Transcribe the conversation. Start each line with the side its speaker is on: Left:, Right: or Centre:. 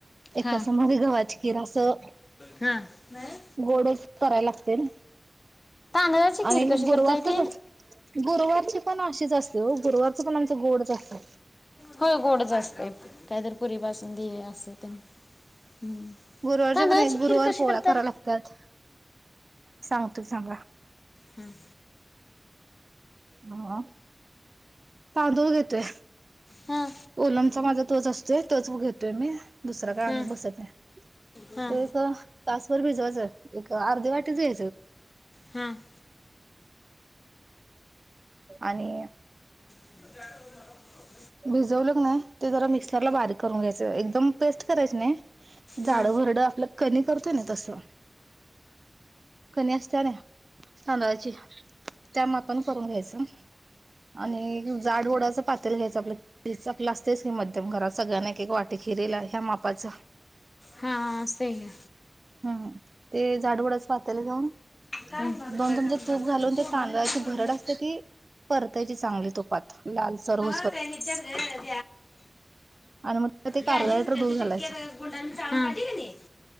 Right: एका
Left: हा
Right: सोमवारी गव्हाची खीर असं.
Left: हा. नाही
Right: गोडच करायला लागते ना.
Left: तांदुळाची खीर
Right: आणि
Left: कशी
Right: गुरुवारच
Left: करताय ती?
Right: कस गुरुवारची पण अशीच असते हो गुरुवारच पण आमचं गोडच असतं.
Left: हो गोडच असते नाही तर पुरी बासुंदी अस तेन हम्म.
Right: गुरुवारचे
Left: तांदळाची
Right: पण गुरुवार
Left: खीर कशी
Right: पोळ्या
Left: करताय?
Right: कराव लागतात सांग चां
Left: हम
Right: हा तांदूळ घेतोय
Left: हा.
Right: कोलमचा माझा तोच असतोय तच घेतो तुम् दुसरा काळ
Left: हा.
Right: आम्ही बसत आहे
Left: हा.
Right: तो एक तासवरर भिजवायच एक अर्धे वाटी जाईल
Left: हम
Right: आणि
Left: ठ
Right: भिजवलंग नाही ते जरा मिक्सरला बारीक करून घ्यायचं एकदम पेस्ट करायच नाही झाडं
Left: हा.
Right: भरड आपलं कमी करतोय ना तसं कणी असत ना तांदळाची त्या म आपण करून घ्यायचं आणि जाड होओडाच पातल घ्यायच चकला असतेच की मध्यम घरात सगळ्यांना एक एक वाटी फिरला ह्या मापाच
Left: हा सई आहे
Right: हम्म ते झाड उडाच पातल जाऊन
Left: हा. गुंडांनी चाळून
Right: दोन चमचे तूप घालून ते तांदळाची
Left: काढली की
Right: भरड
Left: नाही
Right: असते ती परतायची चांगली तुपात लाल सर्व
Left: ंगचत
Right: आणि मग त्यात एक
Left: गॅज
Right: अर्धा लिटर दूध
Left: चिक्के
Right: घालायचं
Left: गुंडाठीक आहे <inaudible>